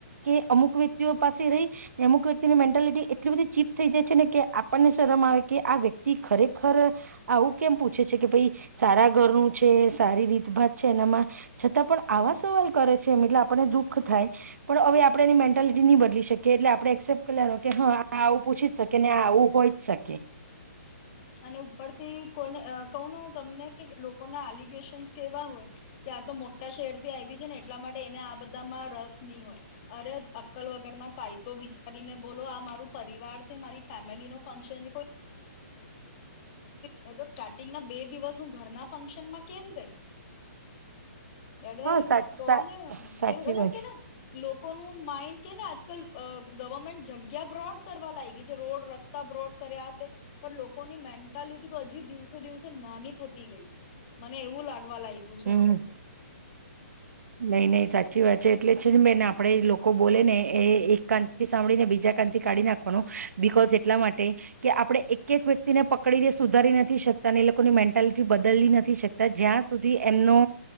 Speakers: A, on the right; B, on the left.
A: કે અમુક વ્યક્તિઓ પાસે રહી અમુક વ્યક્તિની મેન્ટાલિટી એટલી બધી ચીપ થઈ જાય છે ને કે આપણને શરમ આવે કે આ વ્યક્તિ ખરેખર આવું કેમ પૂછે છે કે ભાઈ સારા ઘરનું છે સારી રીતભાત છે એનામાં છતાં પણ આવા સવાલ કરે છે એમ એટલે આપણને દુઃખ થાય પણ હવે આપણે એની મેન્ટાલિટી નહી બદલી શકીએ એટલે આપણે એક્સેપ્ટ કર લેવાનું કે હ આ આવું પૂછી જ શકી ને આવું હોય જ શકે
B: <unintelligible> અને ઉપરથી કોને કવુ ના હ તમને કે લોકોના એલિગેશનસ કેવા હોય આ તો મોટા શહેરથી આવી છે ને એટલા માટે એને આ બધામાં રસની હોય અરે અક્કલ વગરના કાય તો વિચારીને બોલો આ મારું પરિવાર છે મારી ફેમિલી નો ફંક્શન છે કોઈ મેં તો સ્ટાર્ટિંગના બે દિવસ હું ઘરના ફંક્શનમાં કેમ ગઈ એરે
A: હા સાચ
B: કહને
A: સા સાચી
B: કે અલગ
A: વાત
B: કે ના લો કોનુ માઇન્ડ કે ને આજકાલ અ ગવર્મેન્ટ જગ્યા બ્રોડ કરવા લાગ ગઈ છે રોડ રસ્તા બ્રોડ કરે આ તે પણ લોકોની મેન્ટાલિટી હજી દિવસે દિવસે નાની થતી ગઈ છે મને એવું લાગે ગવા લાગ્યું છે
A: હમ
B: હવે તો
A: નઈ નહીં સાચી વાત છે એટલે છે ને બેને આપડે લોકો બોલે ને એ એક કાંતથી સાંભળી ને બીજા કાંતથી <unintelligible> બીકોઝ એટલા માટે કે આપણે એક એક વ્યક્તિને પકડીને સુધારી નથી શકતા ની મેન્ટાલિ બદલી નથી શકતા જ્યાં સુધી એમનો